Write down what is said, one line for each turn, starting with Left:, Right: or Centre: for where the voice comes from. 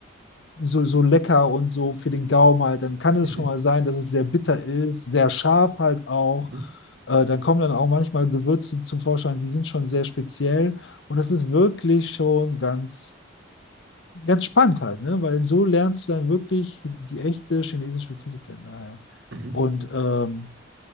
Left: so, so lecker und so für den Gaumen halt. Dann kann es
Right: Mhm.
Left: schon mal sein, dass es sehr bitter ist, sehr scharf halt auch.
Right: Mhm.
Left: Äh, dann kommen dann auch manchmal Gewürze zum Vorschein, die sind schon sehr speziell und das ist wirklich schon ganz, ganz spannend halt, ne? Weil so lernst du dann wirklich die echte chinesische Küche kennen. Daher.
Right: Mhm.
Left: Und ähm,